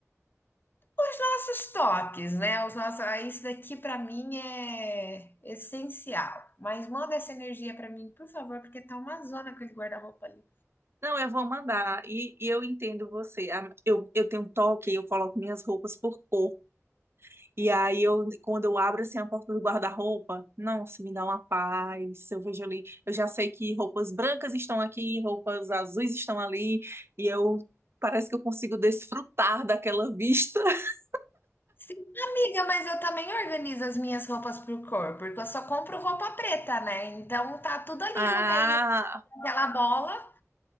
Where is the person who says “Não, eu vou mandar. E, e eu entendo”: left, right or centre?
Right